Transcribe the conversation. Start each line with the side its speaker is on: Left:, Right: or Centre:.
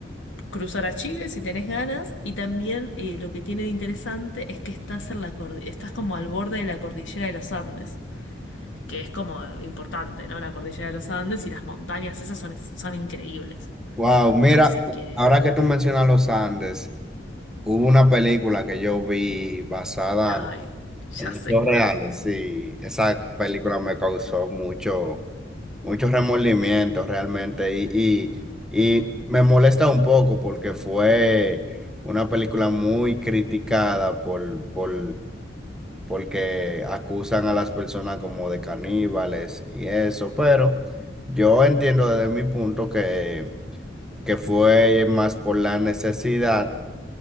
Left: cruzar a Chile si tenés ganas y también eh, lo que tiene de interesante es que estás en la cordi- estás como al borde de la cordillera de los Andes, que es como eh, importante, ¿no? La cordillera de los Andes y las montañas esas son, son increíbles.
Centre: Wow, mira,
Left: Así que,
Centre: ahora que tú mencionas los Andes. Hubo una película que yo vi basada
Left: ay,
Centre: en
Left: ya sé
Centre: hechos
Left: cuál.
Centre: reales, sí, esa película me causó mucho, mucho remordimiento realmente y, y, y me molesta un poco porque fue una película muy criticada por, por, porque acusan a las personas como de caníbales y eso, pero yo entiendo desde mi punto que, que fue más por la necesidad